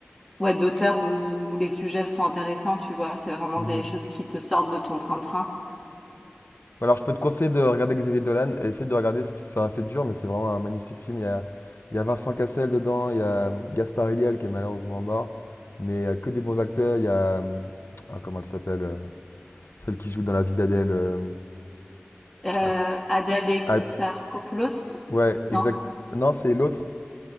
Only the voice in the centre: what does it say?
ouais, d'auteur où les sujets sont intéressants, tu vois, c'est vraiment
des choses qui te sortent de ton train-train.
Euh,
Ada Alexakopoulos,
non?